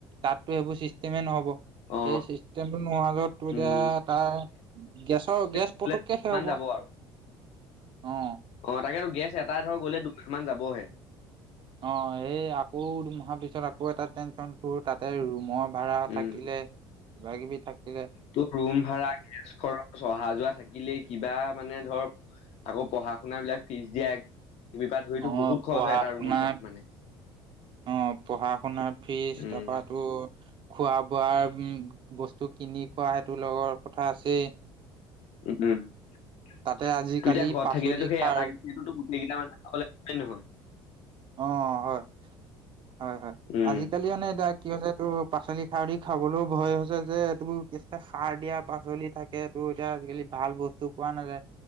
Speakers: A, on the right; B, on the left.
A: তাত টো এইবোৰ চিষ্টেমে নহ'ব
B: অ
A: সেই চিষ্টেমটো নোহোৱা য'ত তোৰ এতিয়া
B: উম
A: তাৰ গেছৰ গেছ
B: কিমান
A: পটককে শেষ হ'ব
B: যাব আৰু
A: অ
B: অ তাকেতো গেছ এটা ধৰ গ'লে দুদিন মান যাবহে
A: অ এই আকৌ দুমাহৰ পিছত আকৌ এটা টেনচন টোৰ তাতে ৰুমৰ ভাড়া
B: উম
A: থাকিলে কিবা কিবি থাকিলে
B: তোৰ ৰুম ভাড়া গেছ খৰচ অহা যোৱা থাকিলেই কিবা মানে ধৰক আকৌ পঢ়া শুনা বিলাক ফিজ দিয়া দুইপা ধৰিতো
A: অ
B: বহুত খৰচ
A: পঢ়া
B: হয় এটা
A: শুনা
B: ৰুমত মানে
A: অ পঢ়া শুনাৰ ফিজ
B: উম।
A: তাৰপৰা টোৰ খোৱা বোৱাৰ বস্তু কিনি খোৱা সেইটো লগৰ কথা আছেই
B: দুই
A: তাতে আজিকালি
B: টাই ঘৰত
A: পাচলি
B: থাকিলেতো সেই
A: সাৰ
B: এটা <unintelligible>
A: অ হয় হয় হয়
B: উম,
A: আজিকালি মানে দাক কি হৈছে এইটোৰ পাচলি সাৰ দি খাবলৈও ভয় হৈছে যে এই টোৰ এইবোৰ সাৰ দিয়া পাচলি থাকে তাকে টো এতিয়া আজিকালি ভাল বস্তু পোৱা নাযায়